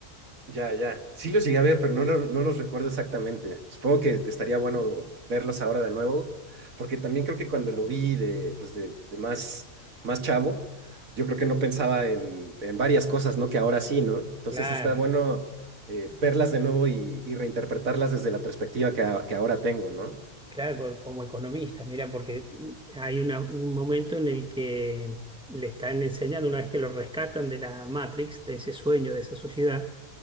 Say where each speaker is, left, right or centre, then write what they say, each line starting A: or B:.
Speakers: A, on the right (about 85°); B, in the centre.
A: Ya, ya. Sí los llegué a ver, pero no, lo- no los recuerdo exactamente. Supongo que estaría bueno verlos ahora de nuevo, porque también creo que cuando lo vi de, pues de, de más, más chavo, yo creo que no pensaba en, en varias cosas, ¿no? Que ahora sí, ¿no? Entonces
B: Claro,
A: está bueno eh, verlas de nuevo y, y reinterpretarlas desde la perspectiva que, a- que ahora tengo, ¿no?
B: claro, co- como economista, mira, porque hay una- un momento en el que le están enseñando, una vez que lo rescatan de la Matrix, de ese sueño, de esa sociedad,